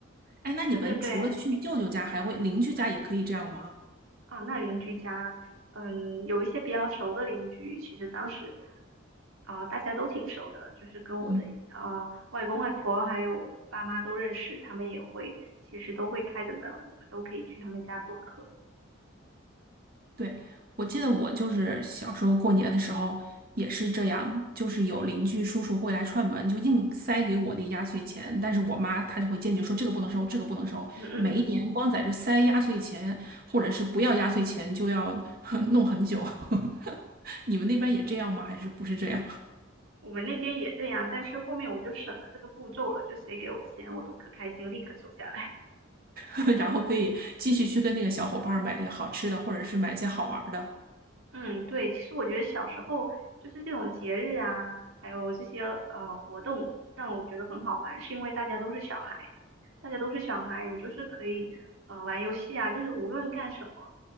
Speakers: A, on the right (about 45°); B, on the right (about 90°).
A: 哎，那你们除了去舅舅家，
B: 对对对。
A: 还会邻居家也可以这样吗？
B: 啊，那邻居家，嗯，有一些比较熟的邻居，其实当时，啊、大家都挺熟的，就是跟我的啊、
A: 嗯。
B: 外公外婆还有爸妈都认识，他们也会，其实都会开着门，我们都可以去他们家做客。
A: 对，我记得我就是小时候过年的时候也是这样，就是有邻居叔叔会来串门，就硬塞给我那压岁钱，但是我妈她就会坚决说这个不能收，这个不能收。
B: <laughs> 嗯嗯嗯，
A: 每一年光在这塞压岁钱，或者是不要压岁钱就要 <laughs> 弄很久。<laughs> 你们那边也这样吗？还是不是这样？
B: 我们那边也这样，但是后面我就省了这个步骤了，就谁给我钱，我都可开心，立刻收下来。
A: <laughs> 然后可以继续去跟那个小伙伴儿买好吃的，或者是买一些好玩儿的。
B: 嗯，对，其实我觉得小时候就是这种节日啊，还有这些呃活动，让我觉得很好玩，是因为大家都是小孩，大家都是小孩，你就是可以呃玩游戏啊，就是无论干什么，